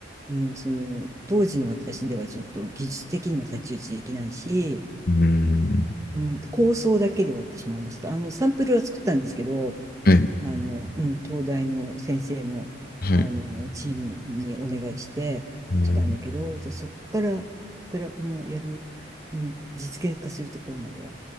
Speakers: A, on the right; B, on the left.
A: うん、その、当時の私ではちょっと技術的にも太刀打ちできないし、
B: うん。うん
A: うん、構想だけで終わってしまいました。あの、サンプルは作ったんですけど、
B: はい。
A: あの、うん、東大の先生の、
B: はい。
A: あの、チームにお願いして作ったんだけど、
B: ああ、な
A: じゃあそこから、グらもうやる、うん、実現化するところまでは